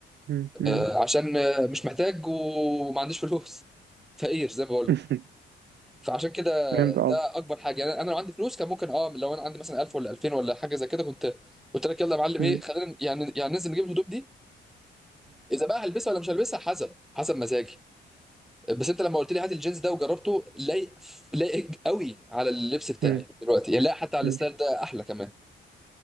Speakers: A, on the right (about 60°); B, in the centre.
A: مم. مم.
B: آه، عشان آه، مش محتاج وما عنديش فلوس فقير زي ما بقول
A: <laughs>
B: لك فعشان كده
A: فهمت
B: ده اكبر حاجه يعني انا لو عندي فلوس كان ممكن اه لو انا عندي مثلا 1000 ولا 2000 ولا حاجه زي كده كنت قلت لك يلا يا معلم
A: قصدي
B: ايه خلينا يعني يعني ننزل نجيب الهدوم دي اذا بقى هلبسها ولا مش هلبسها حسب حسب مزاجي بس انت لما قلت لي هات الجينز ده وجربته لايق لايق قوي على اللبس بتاعي
A: مم.
B: دلوقتي يعني لا حتى على
A: مم.
B: الستايل ده احلى كمان